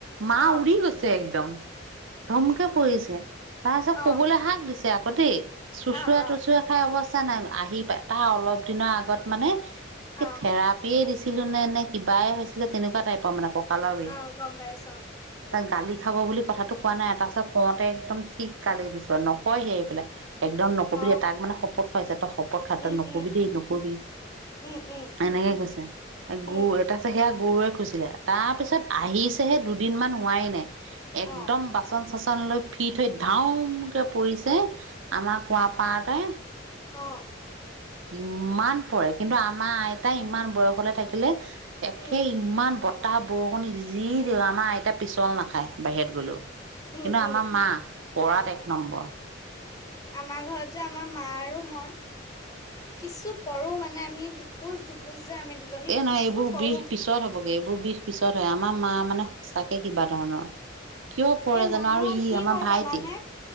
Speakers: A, on the right; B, on the left.
A: মা
B: অ
A: উৰি গৈছে একদম, ধমকে পৰিছে, <unintelligible> তাৰপিছত
B: অ
A: কবলৈ হাক দিছে। য়াকতে চোচোৰা
B: অ অ
A: টোচোৰা খাই অৱস্থা অঁ' নাই নাই আহি পায়, টাৰ অলপ দিনৰ আগত মানে কি
B: অ
A: থেৰাপিয়েই দিছে দিলোনে নে কিবাই হৈছিলে তেনেকুৱা টাইপৰ মানে, ক কালৰ বিষ
B: অ গম পাইছো
A: গালি খাব বুলি কথাটো কোৱা নাই তাৰপাছত কওঁতে একদম ঠিক গালি দিছো নকয়হি আহি পেলাই। একদম নকবি
B: অ
A: দিয়ে তাক মানে শপত খুৱাইছে তই শপত খা
B: উম
A: নকবি
B: উম
A: দেই নকবি।
B: উম উম
A: এনেকে কৈছে,
B: উম
A: গু এটা আছে সেয়া গৰুৱে খুছিলে তাৰপিছত আহিছেহে দুদিনমান হোৱাই নাই একদম
B: অ
A: বাচন-চাচন খন লৈ ফিত হৈ ধাউমকে পৰিছে আমাৰ কুঁৱা পাৰতে
B: অঁ
A: ইমান পৰে কিন্তু আমাৰ আইতাই ইমান বয়সলে থাকিলে একে
B: উম
A: ইমান বত বতাহ বৰষুণ যি দিয়ক আমাৰ আইতা পিচল নাখায় বাহিৰত গলেও।
B: উম
A: কিন্তু আমাৰ
B: উম
A: মা পৰাত এক নম্বৰ।
B: আমাৰ ঘৰত যে আমাৰ মা আৰু মই, কিছু পৰো মানে আমি ধুপুচ ধুপুচ। যে আমি দুজনী
A: এই
B: কিছু
A: নহয় এইবোৰ
B: পৰো।
A: বিষ পিছত হ'বগে এইবোৰ বিষ পিছত হয় আমাৰ মা মানে সঁচাকে কিবা ধৰণৰ কিয় পৰে
B: এ
A: জানো
B: নহয়
A: আৰু ই
B: কি
A: আমাৰ
B: হয়
A: ভাইটি।
B: জানানে